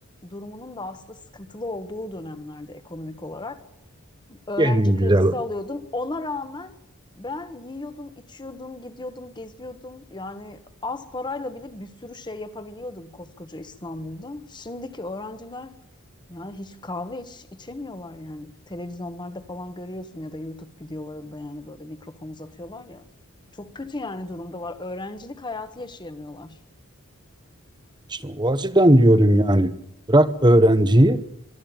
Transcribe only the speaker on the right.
En güzel.
İşte o açıdan diyorum yani. Bırak öğrenciyi